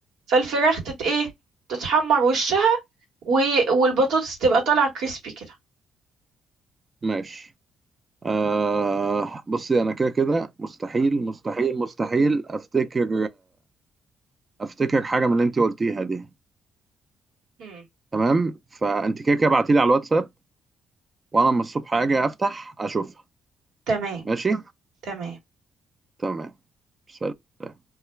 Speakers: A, on the right; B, on the right.
A: فالفراخ تت ايه تتحمر وشها و... والبطاطس تبقى طالعة كريسبي كده
B: ماشي آه بصي انا كده كده مستحيل مستحيل مستحيل افتكر افتكر حاجه من اللي انت قلتيها دي
A: مم.
B: تمام فانت كده كده ابعتيلي على الواتساب وانا لما الصبح اجي افتح اشوفها
A: تمام
B: ماشي
A: تمام
B: تمام سلام.